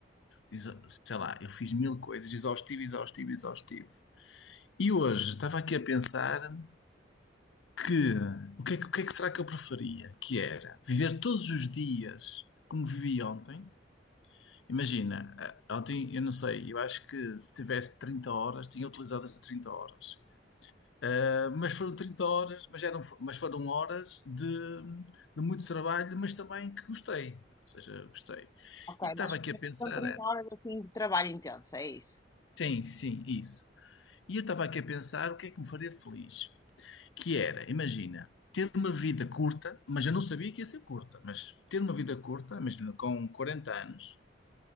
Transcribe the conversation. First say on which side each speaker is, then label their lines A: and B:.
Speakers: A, on the left (about 85°); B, on the left (about 20°).
A: exa- sei lá, eu fiz mil coisas, exaustivo, exaustivo, exaustivo. E hoje estava aqui a pensar que o que é que, o que é que será que eu preferia? Que era viver todos os dias como vivi ontem. Imagina, eh, ontem eu não sei, eu acho que se tivesse 30 horas, tinha utilizado as 30 horas. Eh, Mas foram 30 horas, mas, eram, mas foram horas de, de muito trabalho, mas também que gostei. Ou seja, gostei.
B: Ok,
A: E estava
B: mas
A: aqui a pensar,
B: são trinta
A: era,
B: horas assim de trabalho intenso, é isso?
A: sim, sim, isso. E eu estava aqui a pensar o que é que me faria feliz. que era, imagina, ter uma vida curta, mas eu não sabia que ia ser curta, mas ter uma vida curta, imagina, com 40 anos,